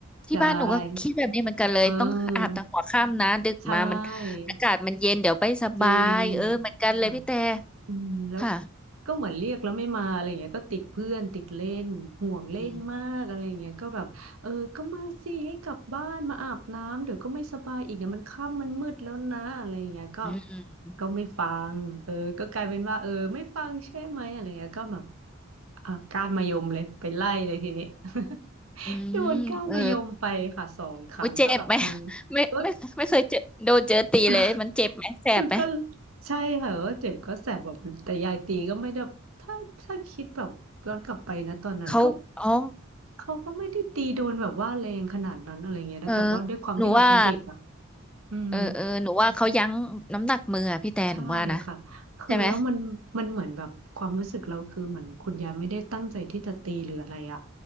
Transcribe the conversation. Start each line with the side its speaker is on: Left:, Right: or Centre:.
Centre: ที่บ้านหนูก็คิดแบบนี้เหมือนกันเลยต้องอาบแต่หัวค่ำนะดึกมามัน
Right: ใช่เออใช่
Centre: อากาศมันเย็นเดี๋ยวไปสบายเออเหมือนกันเลยพี่แต่
Right: จริงค่ะ อืมแล้ว
Centre: ค่ะ
Right: ก็เหมือนเรียกแล้วไม่มาอะไรเงี้ยก็ติดเพื่อนติดเล่นห่วงเล่นมากอะไรเงี้ยก็แบบเออก็มาสิให้กลับบ้านมาอาบน้ำเดี๋ยวก็ไม่สบายอีกเดี๋ยวมันค่ำมันมืดแล้วนะอะไรเงี้ยก็
Centre: อืมอืม
Right: ก็ไม่ฟังเออก็กลายเป็นว่าเออไม่ฟังใช่ไหมอะไรเงี้ยก็แบบอ่ะก้านมะยมเลยไปไล่เลยทีนี้
Centre: อืมเออ
Right: <laughs> โดนก้านมะยมไปค่ะสองครั้งก็แบบเออ
Centre: โอ้ยเจ็บไหมไม่ไม่ไม่เคยเจอโดนเจอตีเลยมันเจ็บไหมแสบไหม
Right: ก็ <laughs> คือก็ใช่ค่ะว่าเจ็บก็แสบแบบแต่ยายตีก็ไม่ได้ถ้าถ้าคิดแบบย้อนกลับไปนะตอนนั้นก็
Centre: เขาอ๋อ
Right: เขาก็ไม่ได้ตีโดนแบบว่าแรงขนาดนั้นอะไรเงี้ยนะแต่ว่าด้วยความที่เราเป็นเด็กอ่ะ
Centre: เออหนูว่า
Right: อืม
Centre: เออเออหนูว่าเขายั้งน้ำหนักมืออะพี่แต่หนูว่านะ
Right: ใช่ค่ะคือแล้วมันมันเหมือนแบบความรู้สึกเราคือเหมือนคุณยายไม่ได้ตั้งใจที่จะตีหรืออะไรอ่ะ
Centre: ใช่ไหม